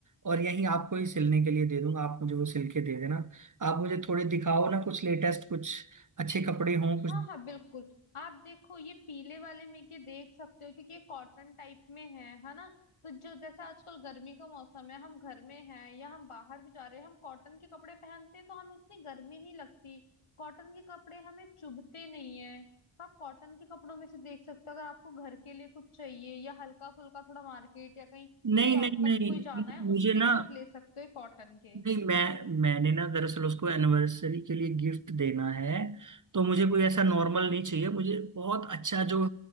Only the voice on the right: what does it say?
और यहीं आपको ही सिलने के लिए दे दूंगा आप मुझे वो सिल के दे देना आप मुझे थोड़े दिखाओ ना कुछ लेटेस्ट कुछ अच्छे कपड़े हों कुछ
नहीं
नहीं
नहीं
नहीं,
मुझे ना
नहीं मैं मैंने ना दरअसल उसको एनिवर्सरी के लिए गिफ्ट देना है तो मुझे कोई ऐसा नॉर्मल नहीं चाहिए मुझे बहुत अच्छा जो